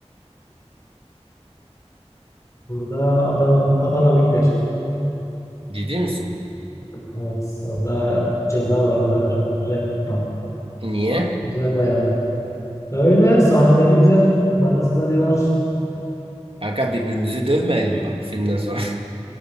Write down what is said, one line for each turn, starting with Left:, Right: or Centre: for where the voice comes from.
Left: Burada Adana, Adanalı gider.
Right: Ciddi misin?
Left: Evet. Orada ceza var. Orada rap var.
Right: Niye?
Left: Güzel bayağı. Öyle sahneleri güzel. Maraz Ali var.
Right: Kanka birbirimizi dövmeyelim bak filmden sonra.